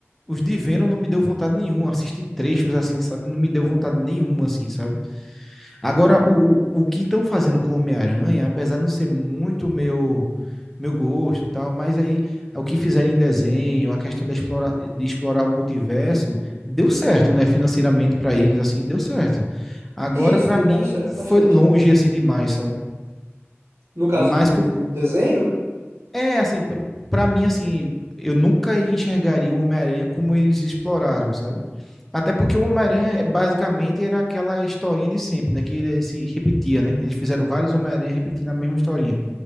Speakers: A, in the centre; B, on the right.
A: os de Venom não me deu vontade nenhuma. Assistir trechos assim, sabe? Não me deu vontade nenhuma, assim, sabe? Agora, o, o o que estão fazendo com o Homem-Aranha, apesar de não ser muito meu meu gosto e tal, mas aí o que fizeram em desenho, a questão da explora, de explorar o multiverso, deu certo, né? Financeiramente para eles, assim, deu certo. Agora,
B: E isso
A: para
B: tem
A: mim,
B: dado certo
A: foi
B: bastante,
A: longe
B: né?
A: assim demais, sabe?
B: No
A: Mas
B: caso do,
A: com-
B: do, do desenho.
A: É, assim, pra, pra mim, assim, eu nunca enxergaria o Homem-Aranha como eles exploraram, sabe? Até porque o Homem-Aranha é basicamente era aquela historinha de sempre, né? Que ele se repetia, né? Eles fizeram vários Homem-Aranha repetindo a mesma historinha.